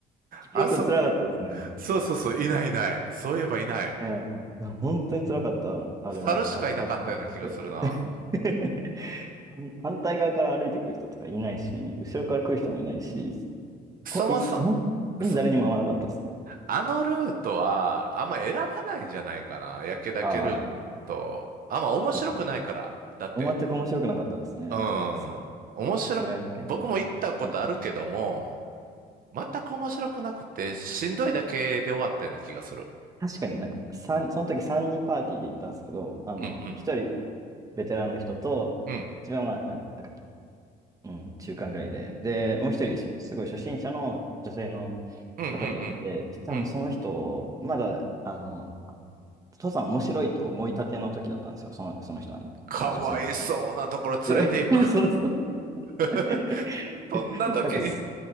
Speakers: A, on the right; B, on the right.
A: あそ、
B: 結構辛かったですね。
A: そうそうそう。
B: そう。
A: いないいない。そういえばいない。
B: ねえ、本当に辛かった、あれは。
A: 猿しかいなかったような気がするな。
B: 暑かっ暑くて。<laughs> 反反対側から歩いてくる人とかいないし、後ろから来る人もいないし、
A: そもそ、
B: ほ、いっ本当に誰にも会わなかったですね。
A: そう、あのルートは、あんま選ばないんじゃないかな。焼岳ルート。
B: ああ、
A: あんま面白くないから。
B: そうか。
A: だって、
B: 全く面白くなかったですね。
A: うん。
B: つら結構辛いだけで。
A: 面白、僕も行ったことあるけども、
B: はい。
A: 全く面白くなくて、しんどいだけで終わったような気がする。
B: 確かになんか、さんその時3人パーティーで行ったんですけど、あの、
A: うんうん。
B: 1人ベテランの人と、
A: うん。
B: 一番まあ、まあ、なんか、うん、中間ぐらいで、で、もう一人、しすごい初心者の女性の方と行って、
A: うんうんうんうん。
B: そしたらもうその人、まだ、あの、父さん面白いと思いたての時だったんですよ、その、その人はね、
A: かわいそうなところ連れていく。
B: その女性の方が。で、<laughs> そうそう。
A: <laughs>
B: <laughs>
A: そんな時に、
B: なんか、